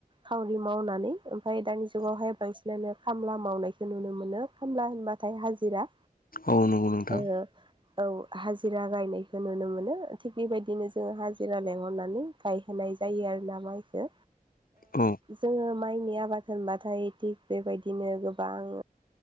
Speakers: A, on the right; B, on the left.
A: खावरि मावनानै ओमफाय दानि जुगावहाय बांसिन बिनो खामला मावनायखौ नुनो मोनो खामला होनबाथाय हाजिरा
B: औ नंगौ नोंथां
A: ओ औ हाजिरा गायनायखौ नुनो मोनो थिग बेबायदिनो जोङो हाजिरा लेंहरनानै गायहोनाय जायो आरोना माइखौ
B: औ
A: जोङो माइनि आबाद होनबाथाय। बेबायदिनो गोबां